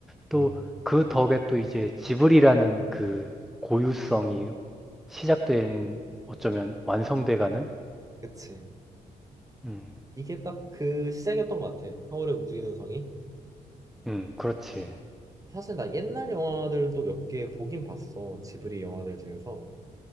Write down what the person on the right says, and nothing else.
음.
그치.
이게 딱 그 시작이었던 것 같아. 하울의 움직이는 성이.
사실 나 옛날 영화들도 몇 개 보긴 봤어. 지브리 영화들 중에서.